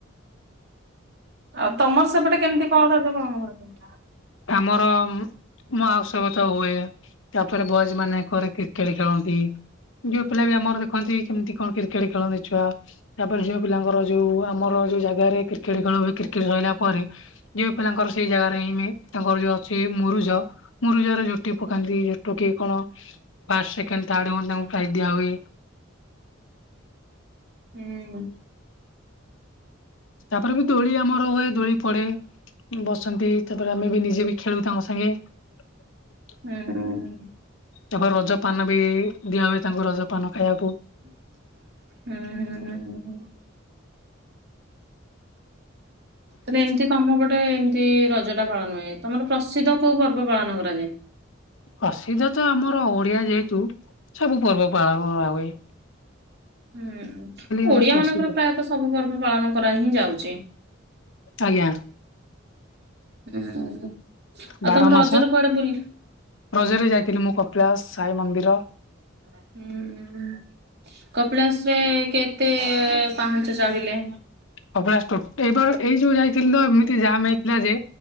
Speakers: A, on the right; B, on the left.
A: ଆଉ ତମର ସେପଟେ କେମିତି କଣ <unintelligible>
B: ଆମର ମୁଁ ମୁଁ ଆଉ ସବୁ କଥା ହୁଏ ତାପରେ ବଏଜ୍‌ ମାନେ କରେ କ୍ରିକେଟ୍ ଖେଳନ୍ତି। ଝିଅ ପିଲା ବି ଆମର ଦେଖନ୍ତି କେମିତି କଣ କ୍ରିକେଟ୍ ଖେଳନ୍ତି ଛୁଆ। ତାପରେ ଝିଅ ପିଲାଙ୍କର ଯୋଉ ଆମର ଯୋଉ ଜାଗାରେ କ୍ରିକେଟ୍‌ ଖେଳ ହୁଏ କ୍ରିକେଟ୍ ସରିଲା ପରେ ଝିଅ ପିଲାଙ୍କର ସେଇ ଜାଗାରେ ହିଁ ହୁଏ। ତାଙ୍କର ଯୋଉ ଅଛି ମୁରୁଜ ମୁରୁଜରେ ଝୋଟି ପକାନ୍ତି ଟୁ କି କଣ। ଫାଷ୍ଟ ସେକେଣ୍ଡ ଥାର୍ଡ଼ ହୁଅନ୍ତି ତାଙ୍କୁ ପ୍ରାଇଜ୍ ଦିଆ ହୁଏ।
A: ହୁଁ।
B: ତାପରେ ବି ଦୋଳି ଆମର ହୁଏ ଦୋଳି ପଡେ ବସନ୍ତି ତାପରେ ଆମେ ବି ନିଜେ ବି ଖେଳୁ ତାଙ୍କ ସାଙ୍ଗେ।
A: ହୁଁ ହୁଁ।
B: ତାପରେ ରଜପାନ ବି ଦିଆ ହୁଏ ତାଙ୍କୁ ରଜପାନ ଖାଇଆକୁ।
A: ହୁଁ। ତମେ ଏମିତି କାମ ବ ତାପରେ ଏମିତି ରଜ ଟା ପାଳନ ହୁଏ। ତମର ପ୍ରସିଦ୍ଧ କୋଉ ପର୍ବ ପାଳନ କରାଯାଏ?
B: ପ୍ରସିଦ୍ଧ ତ ଆମର ଓଡିଆ ଯେହେତୁ ସବୁ ପର୍ବ ପାଳନ କରାହୁଏ।
A: ହୁଁ
B: ନାହିଁ
A: ଓଡିଆ
B: ପ୍ରସିଦ୍ଧ
A: ମାନଙ୍କର ପ୍ରାୟତଃ ସ ସବୁ ପର୍ବ ପାଳନ କରା ହିଁ ଯାଉଛି।
B: ଆଜ୍ଞା।
A: ହୁଁ ଆଉ
B: ବାର
A: ତମେ
B: ମାସ
A: ରଜରେ କୁଆଡେ ବୁଲ୍
B: ରଜରେ ଯାଇଥିଲି ମୁଁ କପିଳାସ ସାଇ ମନ୍ଦିର।
A: ହୁଁ। କପିଳାସ ରେ କେତେ ପାହାଞ୍ଚ ଚଢିଲେ?
B: କପିଳାସ ଟୋଟା, ଏଇ ଏଇ ଯୋଉ ଯାଇଥିଲି ତ ଏମିତି ଜାମ୍ ହେଇଥିଲା ଯେ,